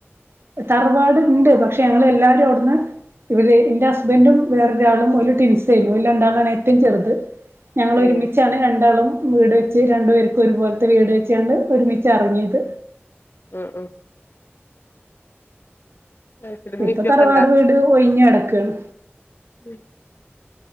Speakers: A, on the right; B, on the left.
A: തറവാട്ണ്ട് പക്ഷെ ഞങ്ങളെല്ലാരും അവിടുന്ന് ഇവര് എന്റെ ഹസ്ബൻഡും വേറൊരു ആളും ഒരു ടിൻസെയനു ഈ രണ്ടാളാണ് ഏറ്റവും ചെറുത് ഞങ്ങള്
B: ഏഹ്
A: ഒരുമിച്ചാണ് രണ്ടാളും വീട് വെച്ച് രണ്ടു പേർക്കും ഒരുപോലത്തെ വീട് വെച്ചണ്ട് ഒരുമിച്ച് ചറിങ്ങിയത്
B: ഉം ഉം അത് ശരി ഉമ്മേം
A: ഇപ്പൊ
B: ഉപ്പേക്കെ
A: തറവാട് വീട് ഒഴിഞ്ഞ് കടക്കാണ്
B: ഉം